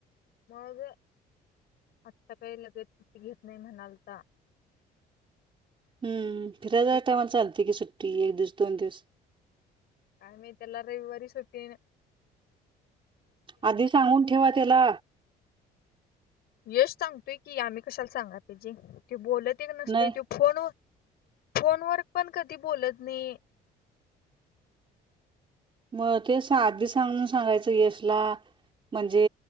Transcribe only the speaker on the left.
मग आत्ता काही लगेच त घेत नाही म्हणालता
घेत
कायमत एलारे वरी सुटन
यश सांगतोय की आम्ही कशाला सांगा त्याजे तू बोलत तेक नसतोय
तो फोन उ फोनवर पण कधी बोलत नाही